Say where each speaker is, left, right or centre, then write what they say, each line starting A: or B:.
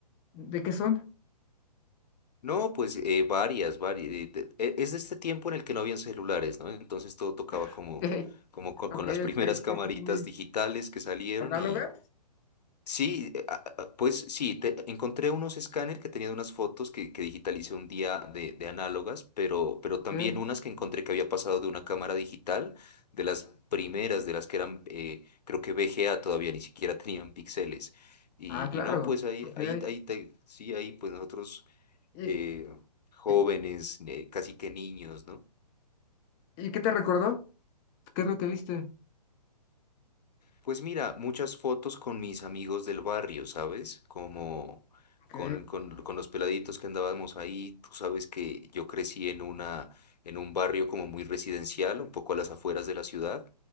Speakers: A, on the left; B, on the left.
A: ¿de qué son?
B: No, pues eh, varias, varias. eh, te- e- Es de este tiempo en el que no habían celulares, ¿no? Entonces todo tocaba
A: <laughs>
B: como, como co-
A: Ok,
B: con, las
A: ok,
B: <laughs> primeras
A: ok,
B: camaritas
A: sí, sí, muy
B: digitales que salieron
A: análogas.
B: y sí, eh, a- a- pues sí, te- encontré unos escáner que tenían unas fotos que, que digitalicé un día de, de análogas, pero, pero
A: Ok,
B: también unas que encontré que había pasado de una cámara digital, de las primeras, de las que eran, eh, creo que VGA todavía ni siquiera <laughs> tenían píxeles. Y,
A: ah, claro,
B: y no, pues ahí,
A: ok.
B: ahí, ahí, te- sí, ahí, pues nosotros
A: ¿Y,
B: eh, jóvenes,
A: y,
B: eh, casi que niños, ¿no?
A: y qué te recordó? ¿Qué es lo que viste?
B: Pues mira, muchas fotos con mis amigos del barrio, ¿sabes? Como
A: Ok,
B: con, con, con los peladitos que andábamos ahí. Tú sabes que yo crecí en una, en un barrio como muy residencial, un poco a las afueras de la ciudad.